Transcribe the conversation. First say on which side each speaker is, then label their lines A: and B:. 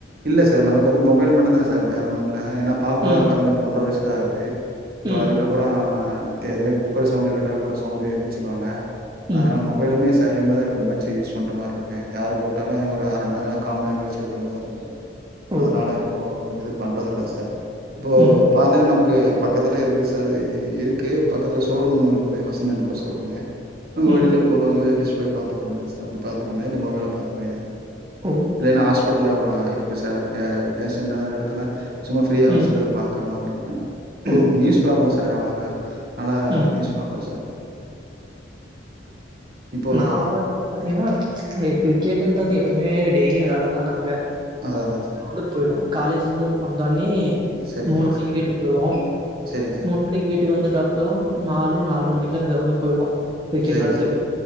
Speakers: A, on the right; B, on the right.
A: இல்ல சார் நமக்கு வந்து மொபைல் மட்டு தா சார் வேற ஒன்னு இல்ல ஏன்னா பாப்பா
B: ம்,
A: பிறந்து இப்போ ஒன்ர வயசுதா ஆகுது. இப்போ
B: ம்,
A: அதுக்கப்பறோ தே குக்கர் சவுண்டு கேட்டா கூட சவுண்டு எழுந்திச்சிக்குவாங்க அதனால
B: ம்.
A: மொபை மொபைலுமே சைலண்ட்ல தா எ மச்சி சொன்ன மாரி இருக்கு யார கூப்ட்டாலு ஒரு அர மண் நேரோ கா மண் நேரோ கழிச்சு எடுக்கிற மாதிரி இருக்கு
B: ஓ!
A: அதனால இப்போ எது பண்றது இல்ல சார் இப்போ
B: ம்,
A: பாத்தீங்கனா நமக்கு பக்கத்துல இருக்குது சாரு இருக்கு பக்கத்தில ஷோரூம் ஒன்னு இருக்குது வசந்தன் கோ ஷோரூமு உங்க
B: ம்.
A: வெளில போடுவாங்க டிஸ்பளே பாத்துக்கவேன்டிதா சார் அப்டி பாதுக்கவேண்ட்தா இல்ல மொபைல்ல பாத்துக்க வேண்டிதா
B: ஓ!
A: இல்லேன்னா ஹாஸ்பிட்டல்ல ஒரு நா இருப்பே சார் பேசண்ட்டாலாத இடத்துல சும்மா ஃப்ரீய ஒரு
B: ம்.
A: சிலருக்கு பாக்குற மாரி இருக்கோ
B: ஓ!
A: நியூஸ் பாப்பே சார் அவ்ளோக்கா நல்ல
B: ம்.
A: நியூஸ் பாப்பே சார் இப்போ
B: நா வந்து பாத்தீங்ன்னா கிரிக்கெட்டுன்றது எப்பயுமே டெய்லியு விளயாடுறதா நாங்க
A: அதா அதா சா
B: கிரவுண்டுக்கு போய்டுவோ காலேஜ்ல இருந்து வந்தோட்னே
A: சரிங்க
B: முணு
A: சார்
B: மணிக்கு
A: சரி
B: வீட்டுக்கு போவோ
A: சரிங்க சார்
B: முணு மணிக்கு விட்டுக்கு வந்துட்ட அப்புறோ நாலு நாலரை மணிக்கெல்லா க்ரவுண்டுக்கு போயிடுவோ கிரிக்கெட்
A: சரிங்க
B: விளயாட்துக்கு
A: சார்